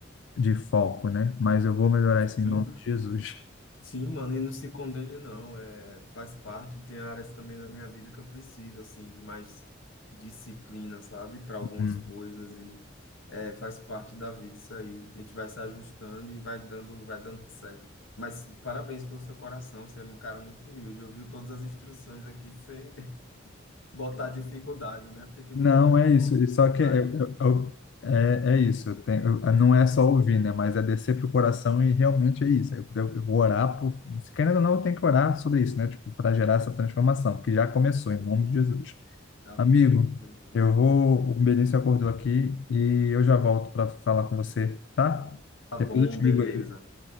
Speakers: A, on the left; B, on the left.
A: de foco, né? Mas eu vou melhorar isso
B: Sim.
A: em nome de Jesus.
B: Sim, mano, e não se condene, não. É, faz parte. Tem áreas também da minha vida que eu preciso, assim, de mais disciplina, sabe? Para algumas
A: <laughs> Hum.
B: coisas. E é, faz parte da vida isso aí. A gente vai se ajustando e vai dando, vai dando certo. Mas parabéns pelo seu coração. Você é um cara muito humilde. Ouviu todas as instruções aqui sem <laughs> botar dificuldade, né? Porque tem
A: Não,
B: muita gente
A: é
B: que bota
A: isso.
B: dificuldade,
A: E Só que eu-
B: cara.
A: eu- eu- é, é isso. Eu tenho- eu- não é só ouvir, né? Mas é descer pro coração e realmente é isso. Eu, eu, eu vou orar por. se Querendo ou não, eu tenho que orar sobre isso, né? Tipo, para gerar essa transformação, que já começou, em nome de Jesus.
B: Amém,
A: Amigo,
B: em nome de Jesus.
A: eu vou. O Benício acordou aqui e eu já volto para falar com você, tá?
B: Tá
A: Depois
B: bom,
A: eu te
B: beleza.
A: ligo aí.